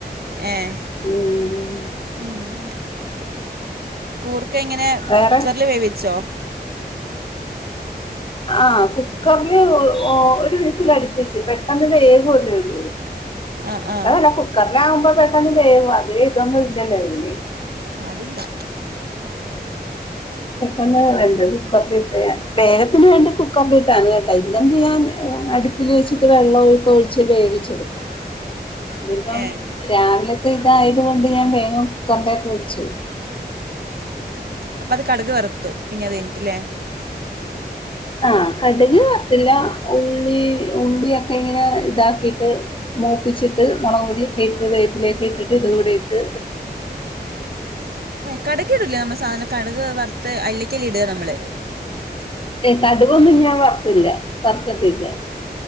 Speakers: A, on the right; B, on the left.
A: ഏ <inaudible>
B: ഉം
A: <unintelligible> ഒക്കെ ഇങ്ങനെ
B: വേറെ
A: കുക്കറിൽ വേവിച്ചോ?
B: ആ കുക്കറിൽ ഒ ഒരു വിസിൽ അടിപ്പിച്ചു. പെട്ടെന്ന് വേവും ഇത്
A: ആഹ് ആഹ്
B: അല്ല കുക്കറിൽ ആകുമ്പോൾ അത് പെട്ടെന്ന് വേവും അത്രെ ഇതൊന്നുമില്ലല്ലോ ഇതിന്
A: അതില്ല
B: പെട്ടെന്ന് വെന്താത് പേ <unintelligible> അതിനുവേണ്ടി കുക്കറിൽ ഇട്ടതാണ് കേട്ടോ അല്ലെങ്കിൽ ഞാൻ അടുപ്പിൽ വച്ച് വെള്ളം ഒക്കെ ഒഴിച്ച് വേവിച്ച് എടുക്കും ഇത് ഇപ്പോൾ
A: ഏഹ്
B: രാവിലത്തെ ഇത് ആയതുകൊണ്ട് ഞാൻ വേഗം കുക്കറിൽ വച്ചു
A: അപ്പോ അത് കടുക് വറുത്തു പിന്ന അത് കഴിഞ്ഞിട്ട് ഇല്ലേ
B: ആ കടുക് വറുത്തില്ല ഉള്ളി ഉള്ളിയൊക്കെ ഇങ്ങനെ ഇതാക്കിയിട്ട് മൂപ്പിച്ചിട്ട് മുളകുപൊടിക്കട്ട് ഇതാക്കിയിട്ട് വേപ്പിലയൊക്കെ ഇട്ട് ഇതാക്കിയിട്ട്
A: കടുക് ഇടൂലേ നമ്മൾ സാധാരണ കടക് വറുത്ത് അതിലേക്കല്ലേ ഇടുക നമ്മൾ
B: എക്കാലൊന്നും ഞാൻ വറക്കില്ല വർക്കത്തില്ല